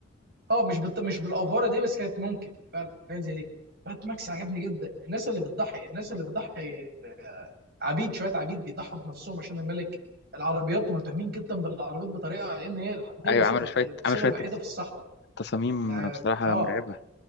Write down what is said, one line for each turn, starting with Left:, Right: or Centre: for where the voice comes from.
Right: اه مش بت... مش بالافاره دي بس كانت ممكن فعلا حاجات زي دي بات ماكس عجبني جدا الناس اللي بتضحي الناس اللي بتضحي آه، عبيد شويه عبيد بيضحوا بنفسهم عشان الملك العربيات مهتمين جدا بالعربيات بطريقه ان هي دي
Left: أيوة
Right: الوسيله
Left: عمل شوية
Right: الوسيله
Left: عمل شوية
Right: الوحيده
Left: تص-
Right: في الصحراء
Left: تصاميم
Right: يعني
Left: بصراحة
Right: اه
Left: مرعبة